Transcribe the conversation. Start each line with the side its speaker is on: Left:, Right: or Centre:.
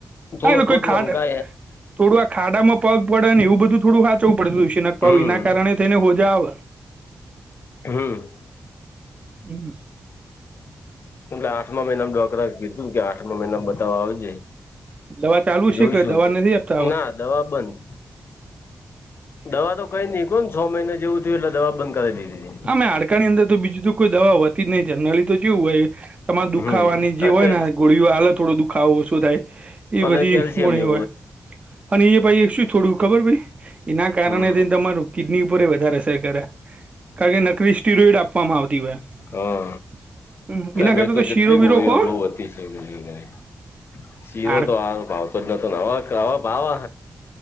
Right: હા
Left: થોડો
Right: એલે કોઈ
Left: પગ
Right: ખાડ
Left: લંકાય
Right: થોડું આ ખાડા માં પગ પડે ને એવું બધું થોડું હા ચવું પડતું હશે નક પાઉ
Left: હમ
Right: એના કારણે થઈને હોજા આવ
Left: હમ્મ.
Right: હમ્મ.
Left: એટલે આઠમા મહિના ડોકરા કીધું કે આઠમા મહિના બતાવા આવજે
Right: દવા ચાલુ છે
Left: જોઈશું
Right: કે દવા
Left: તો
Right: નથી આપતા હવ.
Left: ના દવા બંધ દવા તો કઈ નહી કો છ મહિના જેવું થિયુ એટલે દવા બંધ કરાઈ દીધી.
Right: આમે હાડકાની અંદર તો બીજું તો કોઈ દવા હોત તી જ નહી જનરલી તો ચેવું હોય તમારે દુખાવાની
Left: હમ
Right: જે
Left: આ
Right: હોય
Left: કે
Right: ને ગોળીઓ આલ થોડો દુખાવો ઓછો થાય. ઈ
Left: અને
Right: બધી
Left: કેલ્શિયમ
Right: ગોળી
Left: ની
Right: હોય. અને ઈ એ પઈ શું થોડું ખબર ભઈ એના કારણે
Left: હમ
Right: થી તમારું કિડની ઉપર વધારે અસર કરે કારણ કે નકરિ સ્ટીરોઈડ આપવામાં આવતી હોય.
Left: હો
Right: <inaudible>
Left: અ ના
Right: એના કરતા
Left: મેં તો જેટલી
Right: શીરો
Left: ગોળીઓ
Right: બીરો ખો
Left: બઉ બધી <unintelligible> સીરો
Right: આમ
Left: તો હારો ભાવતો જ નતો હવ ખહવ ભાવહઅ